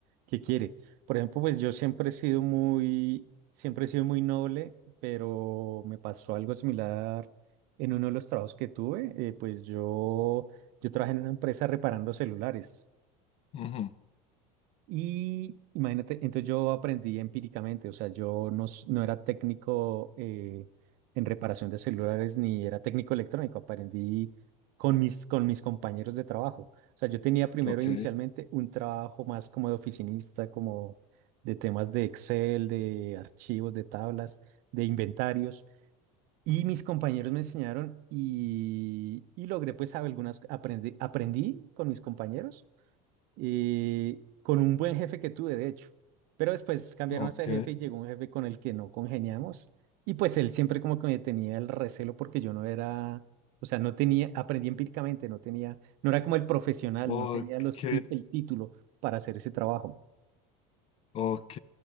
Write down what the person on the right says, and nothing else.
que quiere. Por ejemplo, pues yo siempre he sido muy, siempre he sido muy noble, pero me pasó algo similar en uno de los trabajos que tuve. Eh, pues yo, yo trabajé en una empresa reparando celulares.
Y imagínate, entonces yo aprendí empíricamente, o sea, yo no, s- no era técnico eh, en reparación de celulares ni era técnico electrónico, aprendí con mis, con mis compañeros de trabajo. O sea, yo tenía primero
inicialmente un trabajo más como de oficinista, como de temas de Excel, de archivos, de tablas, de inventarios. Y mis compañeros me enseñaron y, y logré pues algunas, aprendí, aprendí con mis compañeros y con un buen jefe que tuve, de hecho. Pero después cambiaron
a ese jefe y llegó un jefe con el que no congeniamos. Y pues él siempre como que me tenía el recelo porque yo no era, o sea, no tenía, aprendí empíricamente, no tenía, no era como el profesional,
no tenía los, ti- el título para hacer ese trabajo.